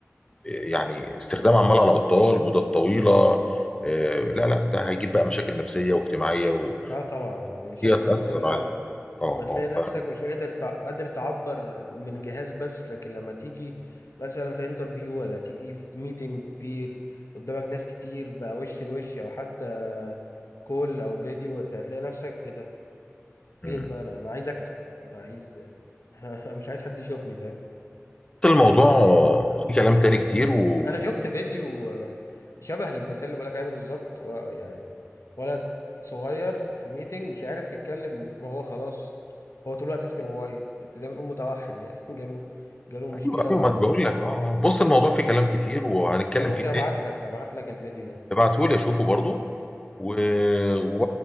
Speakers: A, on the left; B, on the left.
A: يعني استخدام عمال على بطال مده طويله إيه، لا لا ده هيجيب بقى مشاكل نفسيه واجتماعيه وهي
B: اه طبعا بشكل
A: تاثر
B: نفسية بالهبل
A: على اه
B: بتلاقي
A: اه
B: نفسك
A: ف-
B: مش قادر تع... قادر تعبر من جهاز بس لكن لما تيجي مثلا في انترفيو ولا تيجي في ميتنج كبير قدامك ناس كتير بقى وش لوش او حتى كول او فيديو انت هتلاقي نفسك ايه ده فين
A: مم.
B: بقى انا انا عايز اكتب انا عايز <laughs> مش عايز حد يشوفني فاهم
A: الموضوع في كلام تاني كتير و
B: انا شفت فيديو آه، شبه المثال اللي بقولك عليه ده بالظبط ويعني ولد صغير في ميتنج مش عارف يتكلم ما هو خلاص هو طول الوقت ماسك الموبايل زي ما تقول متوحد يعني <laughs> جاله جاله
A: ايوه
B: مشكلة
A: ايوه
B: مع
A: ما
B: الموبايل
A: انا بقول لك اه آه. بص الموضوع فيه كلام كتير وهنتكلم
B: انا ممكن
A: فيه
B: ابعت
A: تاني
B: لك ابعت لك الفيديو ده
A: ابعته لي اشوفه برضو و... و...